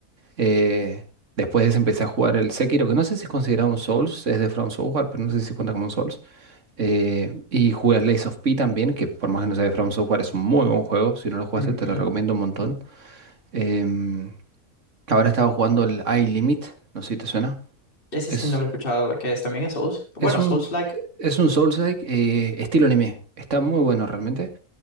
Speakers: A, on the right; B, on the left.
A: Eh, después de ese empecé a jugar el Sekiro, que no sé si es considerado un Souls, es de From Software, pero no sé si cuenta como un Souls. Eh, y jugué a Lies of P también, que por más que no sea de From Software es un muy buen juego. Si no lo jugaste,
B: Ujú.
A: te lo recomiendo un montón. Em, ahora estaba jugando el iLimit, no sé si te suena.
B: Ese
A: Es,
B: sí no lo he escuchado, que es, también es Souls. Bueno,
A: es un,
B: Souls-like.
A: es un Souls-like eh, estilo anime. Está muy bueno realmente.